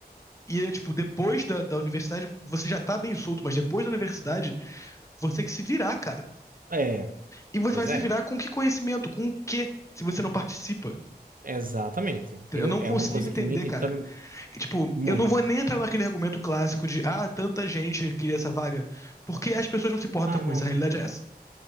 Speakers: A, on the left (about 20°); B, on the right (about 55°).
A: e é tipo, depois da, da universidade, você já tá bem solto, mas depois da universidade, você tem que se virar, cara.
B: é,
A: E você
B: pois
A: vai se
B: é,
A: virar com que conhecimento? Com o quê? Se você não participa.
B: exatamente.
A: Eu
B: Eu,
A: não consigo
B: é uma coisa
A: entender,
B: que me irrita
A: cara. E, tipo,
B: muito.
A: eu não vou nem entrar naquele argumento clássico de ah, tanta gente queria essa vaga, porque as pessoas não se importam
B: Ah,
A: com
B: não.
A: isso. A realidade é essa.